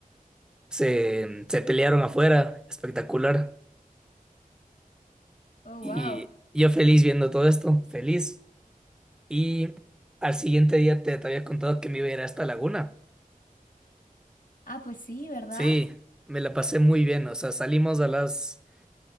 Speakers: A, in the centre; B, on the left (about 65°).
A: se, se pelearon afuera, espectacular.
B: Oh,
A: Y
B: wow.
A: yo feliz viendo todo esto, feliz. Y al siguiente día te, te había contado que me iba a ir a esta laguna.
B: Ah, pues sí, ¿verdad?
A: Sí, me la pasé muy bien. O sea, salimos a las